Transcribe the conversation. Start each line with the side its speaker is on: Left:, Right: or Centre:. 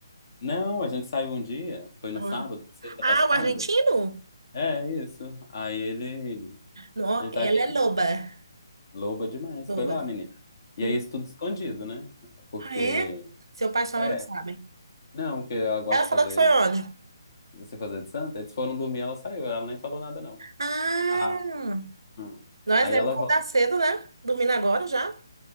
Left: Não, a gente saiu um dia, foi no
Right: Ah.
Left: sábado, sexta
Right: Ah,
Left: passada.
Right: o argentino?
Left: É, isso. Aí ele,
Right: Não,
Left: ele tá
Right: ela
Left: aqui,
Right: é loba.
Left: loba demais,
Right: Loba.
Left: foi lá, menina. E
Right: Hum.
Left: aí isso tudo escondido, né? Porque,
Right: Ah, é? Seu pai e sua
Left: é,
Right: mãe não sabem.
Left: não, porque ela gosta
Right: Ela
Left: de
Right: falou
Left: fazer,
Right: que foi onde?
Left: você fazer de santa, eles foram dormir, ela saiu, ela nem falou nada, não.
Right: Ah,
Left: Ah, hum.
Right: nós
Left: Aí
Right: devemos
Left: ela
Right: acordar
Left: volta.
Right: cedo, né? Dormindo agora já?